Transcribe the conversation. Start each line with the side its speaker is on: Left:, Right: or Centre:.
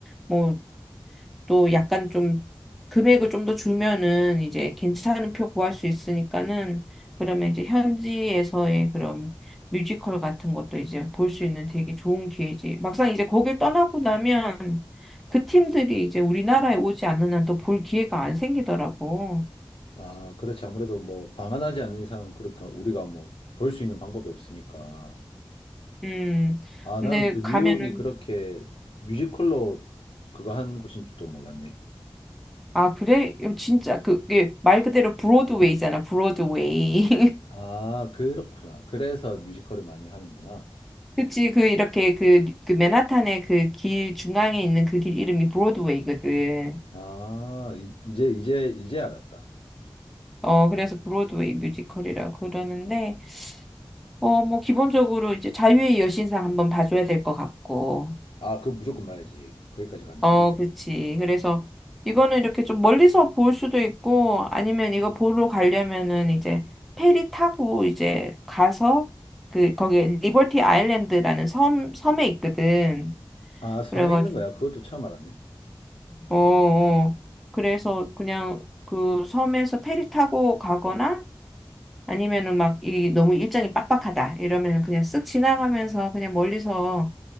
Centre: 뭐 또 약간 좀 금액을 좀 더 주면은 이제 괜찮은 표 구할 수 있으니까는 그러면 이제 현지에서의 그런 뮤지컬 같은 것도 이제 볼 수 있는 되게 좋은 기회지. 막상 이제 거길 떠나고 나면 그 팀들이 이제 우리나라에 오지 않는 한 또 볼 기회가 안 생기더라고.
Left: 아, 그렇지. 아무래도 뭐 방한하지 않는 이상은 그러니까 우리가 뭐 볼 수 있는 방법이 없으니까.
Centre: 음.
Left: 아,
Centre: 근데
Left: 나는 또 네.
Centre: 가면은
Left: 뉴욕이 그렇게 뮤지컬로 그거 한 곳인 줄도 몰랐네.
Centre: 아, 그래? 진짜 그게 말 그대로 브로드웨이잖아, 브로드웨이. <laughs>
Left: 아, 그렇구나. 그래서 뮤지컬을 많이 하는구나.
Centre: 그치, 그, 이렇게, 그, 그, 맨하탄의 그 길 중앙에 있는 그 길 이름이 브로드웨이거든.
Left: 아, 이- 이제, 이제, 이제 알았다.
Centre: 어, 그래서 브로드웨이 뮤지컬이라고 그러는데, 어, 뭐, 기본적으로 이제 자유의 여신상 한번 봐줘야 될 것 같고.
Left: 아, 그거 무조건 봐야지. 거기까지 갔는데.
Centre: 어, 그치. 그래서 이거는 이렇게 좀 멀리서 볼 수도 있고, 아니면 이거 보러 가려면은 이제 페리 타고 이제 가서, 그, 거기 리버티 아일랜드라는 섬, 섬에 있거든.
Left: 아, 섬에
Centre: 그래가지고,
Left: 있는 거야. 그것도 처음 알았네.
Centre: 어, 어. 그래서 그냥 그 섬에서 페리 타고 가거나 아니면은 막 이 너무 일정이 빡빡하다 이러면은 그냥 쓱 지나가면서 그냥 멀리서